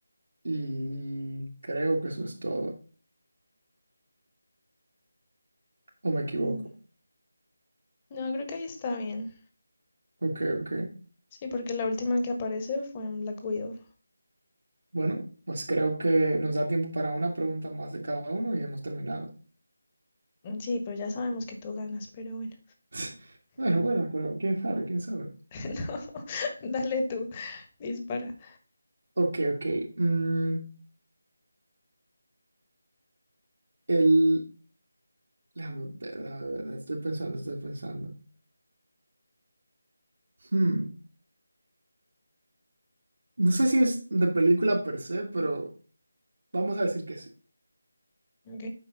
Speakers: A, on the right; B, on the left.
A: y creo que eso es todo, o me equivoco.
B: Mm. No, creo que ahí está bien.
A: Ok, ok.
B: Sí, porque la última que aparece fue en Black Widow.
A: Bueno, pues creo que nos da tiempo para una pregunta más de cada uno y hemos terminado.
B: Mm, Sí, pero ya sabemos que tú ganas, pero bueno.
A: <laughs> Bueno, bueno, pero quién sabe, quién sabe.
B: <laughs> No, dale tú, dispara.
A: Ok, ok. mm, el... Déjame ver, déjame ver, estoy pensando, estoy pensando. Hmm. No sé si es de película per se, pero vamos a decir que sí.
B: Ok.